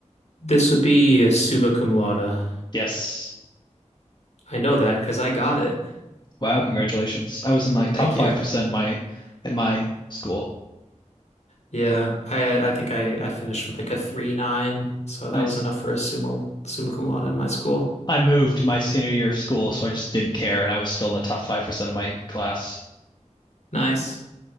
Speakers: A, on the left; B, on the left.
A: This would be a summa cum laude.
B: Yes.
A: I know that because I got it.
B: Wow, congratulations. I was in like
A: Thank
B: top 5%
A: you.
B: my at my school.
A: Yeah, I I think I I finished with like a three nine, so that
B: Nice.
A: was enough for a sumo summa cum laude in my school.
B: I moved my senior year of school, so I just didn't care, and I was still in the top 5% of my class.
A: Nice.